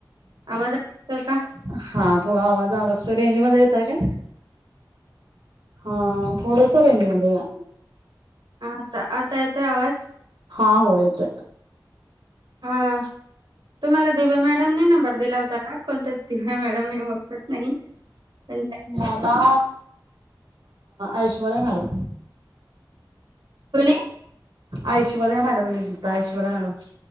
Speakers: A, on the right; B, on the right.
A: आवाज अडकतो का?
B: हा थोडा आवाज अडकतो. तर रेंजमध्ये येतय का? हा थोडस रेंजमध्ये या.
A: हा आता आता येतय आवाज
B: हा होय येत.
A: हा तुम्हाला दिव्या मॅडमने नंबर दिला होता का कोणत? नेहा मॅडम मी ओळखत नाही. पण
B: मला ऐश्वर्या मॅडम.
A: कोणी?
B: ऐश्वर्या मॅडम नि दिलता ऐश्वर्या मॅडम.